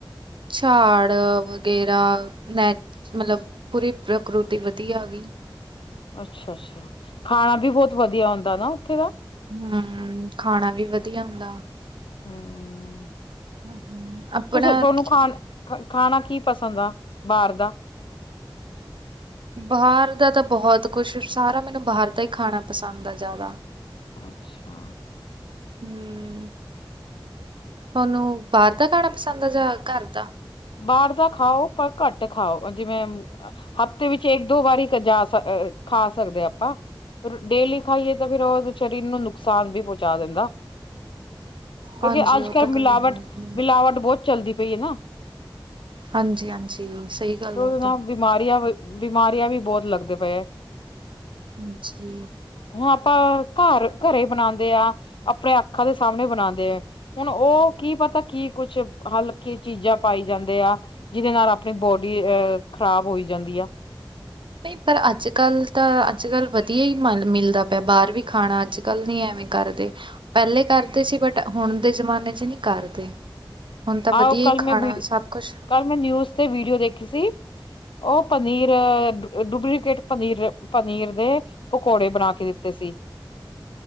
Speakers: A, on the right; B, on the left.
A: ਝਾੜ ਵਗੈਰਾ, ਨੈ ਮਤਲਬ ਪੂਰੀ ਪ੍ਰਕਿਰਤੀ ਧੀ ਆ ਗਈ
B: ਅੱਛਾ- ਅੱਛਾ ਖਾਣਾ ਵੀ ਬਹੁਤ ਵਧੀਆ ਹੁੰਂਦਾ ਨਾ, ਉੱਥੇ ਦਾ
A: ਹਮ, ਖਾਣਾ ਵੀ ਵਧੀਆ ਹੁੰਦਾ।
B: ਹੂ ਹੂ
A: ਹਮ ਹਮ <inaudible>
B: ਤੁਸੀਂ <unintelligible> <unintelligible> ਤੁਹਾਨੂੰ
A: ਕੀ-
B: ਖਾ ਖਾਣਾ ਕੀ ਪਸੰਦ ਆ ਬਾਹਰ ਦਾ
A: ਬਾਹਰ ਦਾ ਤਾਂ ਬਹੁਤ ਕੁਛ, ਸਾਰਾ ਮੈਨੂੰ ਬਾਹਰ ਦਾ ਹੀ ਖਾਣਾ ਪਸੰਦ ਆ ਜ਼ਿਆਦਾ
B: ਅੱਛਾ।
A: ਹਮ ਤੁਹਾਨੂੰ ਬਾਹਰ ਦਾ, ਖਾਣਾ ਪਸੰਦ ਆ ਜਾਂ, ਘਰ ਦਾ
B: ਬਾਹਰ ਦਾ ਖਾਓ, ਪਰ ਘੱਟ ਖਾਓ ਜਿਵੇਂ ਹਫਤੇ ਦੇ ਵਿੱਚ, ਇੱਕ ਦੋ ਵਾਰੀ ਖਾ ਸਕਦੇ ਆਪਾਂ। ਡੇਲੀ ਖਾਈਏ ਤਾਂ, ਫੇਿਰ ਉਹ ਸਰੀਰ ਨੂੰ ਨੁਕਸਾਨ ਵੀ ਪਹੁੰਚਾ ਦਿੰਦਾ। ਕਿਉਂਕਿ,
A: ਹਾਂਜੀ
B: ਅੱਜ
A: ਉਹ
B: -ਕੱਲ੍ਹ
A: ਤਾਂ
B: ਮਿਲਾਵਟ
A: ਗੱਲ ਹੈ।
B: -ਮਿਲਾਵਟ ਬਹੁਤ ਚੱਲਦੀ ਪਈ ਹੈ ਨਾ।
A: ਹਾਂਜੀ -ਹਾਂਜੀ ਸਹੀ। ਗੱਲ
B: ਉਹਦੇ
A: ਆ ਉਹ
B: ਨਾਲ,
A: ਤਾਂ
B: ਬਿਮਾਰੀਆਂ -ਬਿਮਾਰੀਆਂ ਵੀ ਬਹੁਤ ਲੱਗਦੇ ਪਏ।
A: ਹਾਂਜੀ।
B: ਉ ਆਪਾਂ ਘਰ ਘਰੇ ਬਣਾਉਂਦੇ ਆ, ਆਪਣੇ ਅੱਖਾਂ ਦੇ ਸਾਹਮਣੇ ਬਣਾਉਂਦੇ ਆ। ਹੁਣ, ਉਹ ਕੀ ਪਤਾ ਕੀ ਕੁੱਛ, ਹਲਕੀ ਚੀਜ਼ਾਂ ਖਾਈ ਜਾਂਦੇ ਆ, ਜਿਹਦੇ ਨਾਲ ਆਪਣੀ ਬੋਡੀ ਅਹ ਖ਼ਰਾਬ ਹੋਈ ਜਾਂਦੀ ਆ।
A: ਨਹੀਂ, ਪਰ ਅੱਜ- ਕੱਲ ਤਾਂ ਅੱਜ -ਕੱਲ ਵਧੀਆ ਹੀ ਮਿਲਦਾ ਪਿਆ, ਬਾਹਰ ਵੀ ਖਾਣਾ, ਅੱਜ -ਕੱਲ ਨਈ ਐ ਕਰਦੇ, ਪਹਿਲੇ ਕਰਦੇ ਸੀ, ਬਟ ਹੁਣ ਦੇ ਜ਼ਮਾਨੇ ਚ ਨਹੀਂ ਕਰਦੇ। ਹੁਣ ਤਾਂ,
B: ਆਹੋ
A: ਵਧੀਆ
B: ਕੱਲ
A: ਹੀ
B: ਮੈਂ
A: ਖਾਣਾ
B: ਵੀ
A: ਸਭ ਕੁਛ।
B: ਕੱਲ ਮੈਂ, ਨਿਊਜ਼ ਤੇ ਵੀਡੀਓ ਦੇਖੀ ਸੀ। ਉਹ ਪਨੀਰ ਡੁਪਲੀਕੇਟ, ਪਨੀਰ ਪਨੀਰ ਦੇ? ਪਕੌੜੇ, ਬਣਾ ਕੇ ਦਿੱਤੇ ਸੀ।